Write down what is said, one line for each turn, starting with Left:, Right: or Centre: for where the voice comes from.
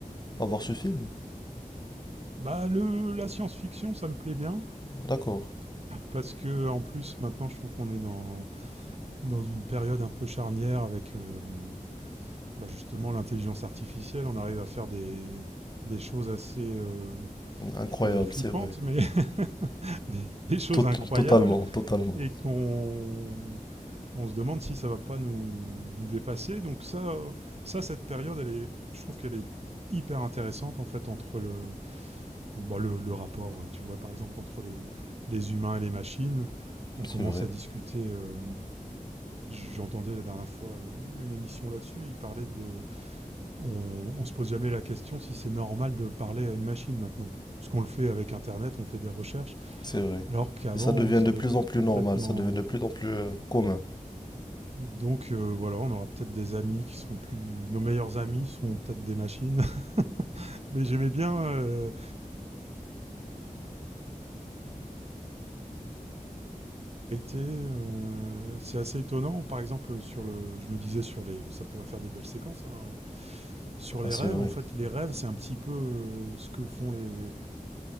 Left: avoir ce film?
Right: Bah le la science-fiction, ça me plaît bien
Left: D'accord,
Right: parce que en plus maintenant je trouve qu'on est dans dans une période un peu charnière avec, hem, bah, justement l'intelligence artificielle. On arrive à faire des des choses assez, heu,
Left: incroyable,
Right: je vais pas dire flippantes,
Left: c'est vrai.
Right: mais <laughs> des des choses
Left: Tot-
Right: incroyables
Left: totalement, totalement.
Right: et qu'on on se demande si ça va pas nous nous dépasser. Donc ça, heu, ça cette période elle est je trouve qu'elle est hyper intéressante en fait entre le Bon, le, le rapport, euh, tu vois, par exemple, entre les, les humains et les machines, on
Left: C'est
Right: commence
Left: vrai,
Right: à discuter. euh, J'entendais la dernière fois une émission là-dessus, il parlait de... On, on se pose jamais la question si c'est normal de parler à une machine maintenant. Puisqu'on le fait avec Internet, on fait des recherches,
Left: c'est vrai.
Right: alors qu'avant,
Left: Et ça devient
Right: ça
Left: de
Right: aurait
Left: plus
Right: été
Left: en plus
Right: complètement...
Left: normal, ça devient de plus en plus euh, commun.
Right: Donc euh, voilà, on aura peut-être des amis qui seront plus... Nos meilleurs amis seront peut-être des machines. <laughs> Mais j'aimais bien euh, Été, heu, c'est assez étonnant. Par exemple, sur le je me disais sur les ça pourrait faire des belles séquences, hein, sur
Left: Ouais,
Right: les
Left: c'est
Right: rêves,
Left: vrai.
Right: en fait, les rêves, c'est un petit peu, heu, ce que font les